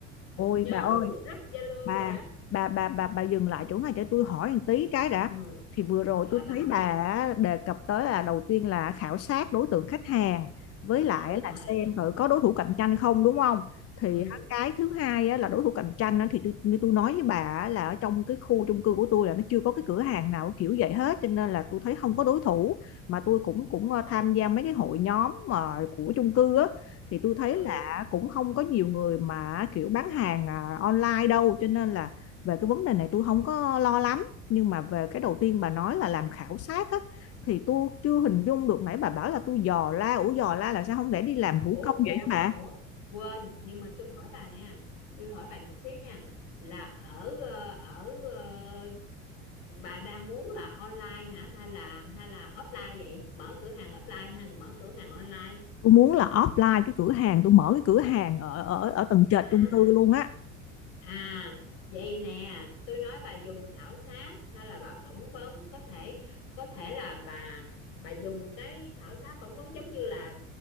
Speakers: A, on the left; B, on the left.
A: ôi
B: nhóm
A: bà ơi
B: group Zalo
A: bà
B: rồi đó
A: bà bà bà bà dừng lại chỗ này cho tôi hỏi một tí cái đã
B: ừ
A: thì vừa rồi
B: rồi
A: tôi
B: bà
A: thấy
B: hỏi
A: bà
B: đi
A: đề cập tới là đầu tiên là khảo sát đối tượng khách hàng với lại
B: đúng rồi
A: là xem thử có đối thủ cạnh tranh không đúng không thì
B: ừ
A: á, cái thứ hai á, là đối thủ cạnh tranh á, thì tôi, như tôi nói với bà á, là ở trong cái khu chung cư của tôi là nó chưa có cái cửa hàng nào kiểu vậy hết cho nên là tôi thấy không có đối thủ mà tôi cũng cũng ờ, tham gia mấy cái hội nhóm mà của chung cư á thì tôi thấy
B: ừ
A: cũng không có nhiều người mà kiểu bán hàng à, online đâu cho nên là về cái vấn đề này tôi không có lo lắm nhưng mà về cái đầu tiên bà nói là làm khảo sát á thì tôi chưa hình dung được nãy bà bảo là tôi dò la ủa dò la là sao không để đi làm thủ
B: ủa
A: công
B: ủa
A: vậy hả
B: ủa
A: bà
B: quên nhưng mà tôi hỏi bà nè tôi hỏi bà chút xíu nha là ở ờ, ở ờ, bà đang muốn là online hả hay là hay là offline vậy mở cửa hàng offline hay mở cửa hàng online
A: tôi muốn là offline cái cửa hàng tôi mở cái cửa hàng ở ở ở tầng trệt
B: à
A: chung cư luôn á
B: À, vậy nè, tôi nói bà dùng khảo sát hay là bà phỏng vấn có thể có thể là bà bà dùng cái khảo sát phỏng vấn giống như là